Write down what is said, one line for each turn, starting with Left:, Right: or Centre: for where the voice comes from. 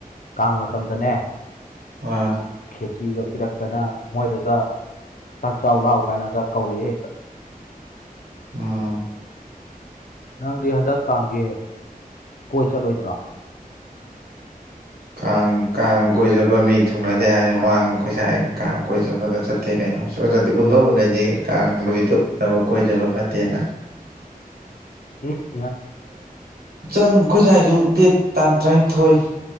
Left: ꯀꯥꯡ ꯃꯇꯝꯗꯅꯦ
Right: ꯑ
Left: ꯈꯦꯆꯤꯒ ꯄꯤꯔꯛꯇꯅ ꯃꯣꯏꯗꯒ ꯆꯥꯛ ꯆꯥꯎ ꯂꯥꯛꯎ ꯀꯥꯏꯅꯒ ꯀꯧꯔꯛꯑꯦ ꯍꯦꯛꯇ
Right: ꯎꯝ
Left: ꯅꯪꯗꯤ ꯍꯟꯗꯛ ꯀꯥꯡꯒꯤ ꯀꯣꯏ ꯆꯠꯂꯣꯏꯗ꯭ꯔꯣ
Right: ꯀꯥꯡ ꯀꯥꯡ ꯀꯣꯏ ꯆꯠꯄ ꯃꯤ ꯊꯨꯡꯅꯗꯦ ꯍꯥꯏ ꯃꯃꯥꯡ ꯈꯣꯏꯁꯥꯏ ꯀꯥꯡ ꯀꯣꯏꯆꯠꯄꯗ ꯆꯠ ꯇꯦ ꯀꯩꯅꯣ ꯁꯨꯡꯆꯠ ꯆꯠꯇꯦ ꯎꯟꯕꯥꯎ ꯎꯅꯗꯦ ꯀꯥꯅ ꯅꯨꯃꯤꯠꯇ ꯎꯕ ꯀꯣꯏ ꯆꯠꯄ ꯐꯠꯇꯦꯅ
Left: ꯏ
Right: ꯆꯪ ꯑꯩꯈꯣꯏ ꯁꯥꯏꯁꯨ ꯗꯦꯠ ꯇꯥꯡ ꯇꯔꯥꯅꯤꯊꯣꯏ